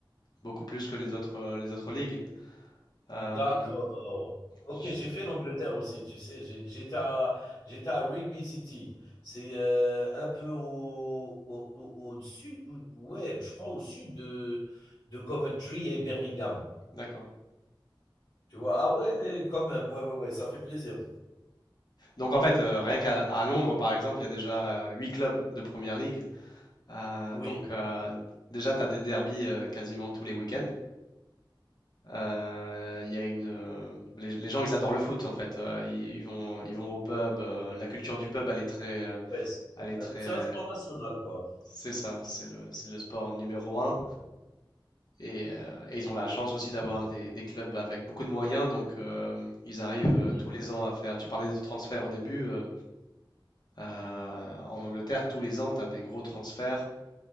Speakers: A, on the left (about 50°); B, on the left (about 70°).
A: beaucoup plus que les autres, euh, les autres ligues. Euh,
B: D'accord. Ok,
A: je-
B: j'ai fait l'Angleterre aussi, tu sais. j'ai- J'étais à, j'étais à Rigby City. C'est euh, un peu au, au, au- au sud, ou- ouais, je crois au sud de, de Coventry et Birmingham.
A: d'accord.
B: Tu vois? Ah ouais, quand même. Ouais, ouais, ouais, ça fait plaisir.
A: Donc, en fait, euh, rien qu'à à Londres, par exemple, il y a déjà euh, 8 clubs de première ligue. Euh,
B: Oui,
A: donc, euh, déjà, tu as des derbies euh, quasiment tous les week-ends. Euh, Il y a une, euh, les, les gens, ils adorent le foot en fait. Euh, ils vont, ils vont au pub. euh, la culture du pub, elle est très, euh,
B: ouais, c'est
A: elle est très,
B: un c'est un sport national, quoi.
A: c'est ça, c'est le, c'est le sport numéro un. Et, euh, et ils ont la chance aussi d'avoir des, des clubs avec beaucoup de moyens. Donc euh, ils arrivent euh,
B: Oui,
A: tous les ans à faire. Tu parlais de transferts au début. euh, euh, en Angleterre, tous les ans, tu as des gros transferts,